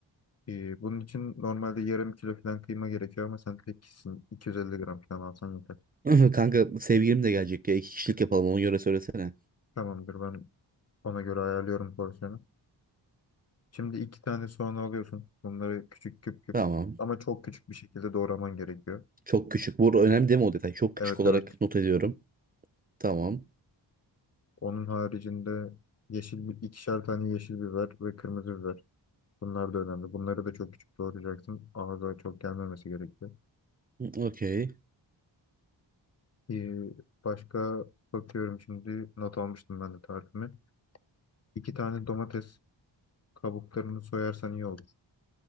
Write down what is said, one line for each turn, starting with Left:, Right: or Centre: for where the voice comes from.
Left: Ee, bunun için normalde yarım kilo falan kıyma gerekiyor ama sen tek kişisin. 250 gram falan alsan yeter.
Right: <laughs> Kanka sevgilim de gelecek ya. İki kişilik yapalım ona göre söylesene.
Left: Tamamdır. Ben ona göre ayarlıyorum porsiyonu. Şimdi iki tane soğan alıyorsun. Bunları küçük küp küp
Right: Tamam.
Left: ama çok küçük bir şekilde doğraman gerekiyor.
Right: Çok küçük. Bu önemli değil mi o detay? Çok küçük
Left: Evet
Right: olarak
Left: evet.
Right: not ediyorum. Tamam.
Left: Onun haricinde yeşil bir ikişer tane yeşil biber ve kırmızı biber. Bunlar da önemli. Bunları da çok küçük doğrayacaksın. Ağza çok gelmemesi gerekiyor.
Right: Okey.
Left: Ee, başka bakıyorum şimdi not almıştım ben de tarifimi. İki tane domates kabuklarını soyarsan iyi olur.